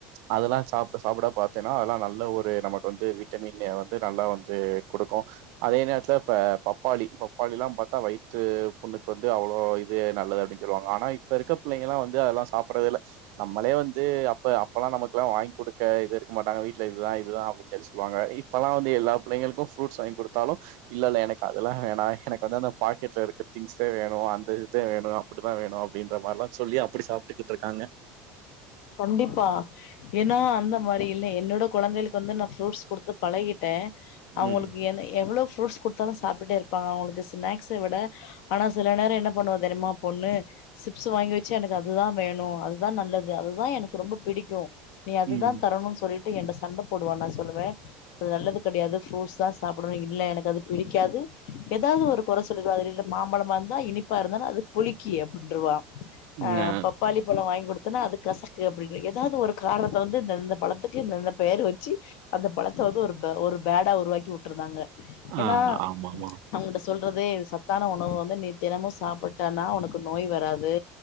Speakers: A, on the right (about 65°); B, on the left (about 65°).
A: அதெல்லாம் சாப்பிட சாப்பிட பார்த்தியான நல்ல ஒரு நமக்கு வந்து விட்டமின் ஏ வந் நல்லா வந்து குடுக்கும் அதே நேரத்துல இப்ப பப்பாளி பப்பாளி எல்லா பாத்தா வயிற்று புண்ணுக்கு வந்து அவ்வளோ இது நல்லது அப்புடின் சொல்லுவாங்களா ஆனா இப்ப இருக்க புள்ளைங்க எல்லா வந்து அதெல்லா சாப்புடடுறது இல்ல நம்மளே வந்து அப்ப அப்பெல்லாம் நம்மக்கெல்லா வாங்கி குடுக்க இது இருக்க மாட்டாங்க வீட்ல இதுதா இதுதா அப்டின்டெல்லா சொல்லுவாங்க இப்பெல்லா வந்து எல்லா புள்ளைங்களுக்குஸ் ஃப்ரூட்ஸ் வாங் குடுத்தாலு இல்லல்ல எனக்கு அ அதெல்லா வேணா எனக்கு வந்து அந்த பாக்கெட்ல இருக்க திங்ஸு வேணு அந்த இதா வேணு அப்புடித வேணு அப்புடின்ற மாரில்லா சொல்லி அப்படி சாப்புட்டுக்கிட்டு இருக்காங்க
B: கண்டிப்பா ஏன்னா அந்த மாரி இல்லே என்னோட கொழந்தைகளுக்கு வந்து நா ஃப்ரூட்ஸ் குடுத்து பழகிட்டே அவங்களுக்கு
A: ம்
B: என்ன எவ்வளோஸ் ஃப்ரூட்ஸ் குடுத்தாலு சாப்புட்டே இருப்பாங்க அவங்களுக்கு ஸ்நேக்ஸ விட ஆனா சில நேரோ என்ன பண்ணுவா தெரியுமா பொண்ணு சிப்ஸு வாங்கி வெச்சா எனக்கு அதுதா வேணு அதுதா நல்லது அது அதுதா எனக்கு ரொம்ப புடிக்கு நீ அதுதான்
A: ம்
B: தரணுன் சொல்லிட் டு என்ட சண்ட போடுவா நா சொல்லுவ அது நல்லது கெடையாது ஃப்ரூட்ஸ்தா சாப்புடனு இல்ல எனக்கு அது பிடிக்காது ஏதாவது ஒரு கொற சொல்லுவா மாம்பழமா இருந்தா இனிப்பா இருந்தாலு அது புளிக்கி அப் அப்டின்ருவா அ
A: நா
B: பப்பாளி பழோ வாங்கி குடுத் தனா அது கசக்கு அப்புடிங்குவா ஏதாவது ஒரு காரணத்த வந்து இந்தந்த பழத்துக்கு இந்தந்த பேரு வெச்சு அந்த பழத்த வந்து ஒரு ஒரு பேடா உருவாக்கி உட்டுருந்தாங்க
A: ஆ
B: ஏன்னா
A: ஆமாமா.
B: அவங்ககிட்ட சொல் றதே சத்தான உணவு வந்து நீ தினமும் சாப்பிட்டானா உனக்கு நோய் வராது